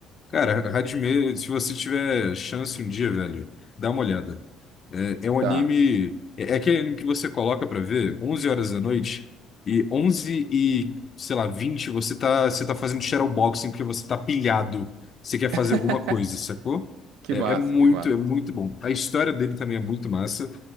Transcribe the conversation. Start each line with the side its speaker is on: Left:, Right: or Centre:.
Left: Cara, Hajime, se você tiver chance um dia, velho, dá uma olhada. É, é um anime...
Right: Tá.
Left: É, é aquele anime que você coloca pra ver 11 horas da noite e 11 e, sei lá, 20 você tá, você tá fazendo shadowboxing porque você tá pilhado, você quer fazer
Right: <laughs>
Left: alguma coisa, sacou?
Right: Que
Left: É,
Right: massa,
Left: é muito,
Right: que massa.
Left: é muito bom. A história dele também é muito massa.